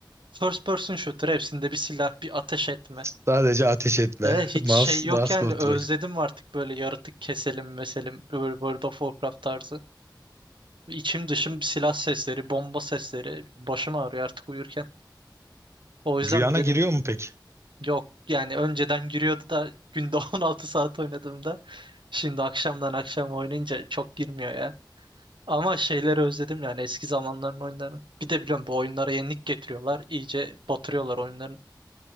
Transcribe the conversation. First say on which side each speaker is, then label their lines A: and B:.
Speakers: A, on the right; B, on the right.
A: first person shooter hepsinde bir silah bir ateş etme.
B: Sadece ateş etme.
A: E, hiç
B: Mouse,
A: şey yok
B: mouse
A: yani
B: kontrol.
A: özledim artık böyle yaratık keselim meselim böyle World of Warcraft tarzı. İçim dışım silah sesleri bomba sesleri başım ağrıyor artık uyurken. O yüzden
B: Rüyana
A: mi dedim
B: giriyor mu peki?
A: Yok yani önceden giriyordu da günde <laughs> 16 saat oynadığımda şimdi akşamdan akşam oynayınca çok girmiyor ya. Ama şeyleri özledim yani eski zamanların oyunlarını. Bir de biliyorum bu oyunlara yenilik getiriyorlar. iyice batırıyorlar oyunların.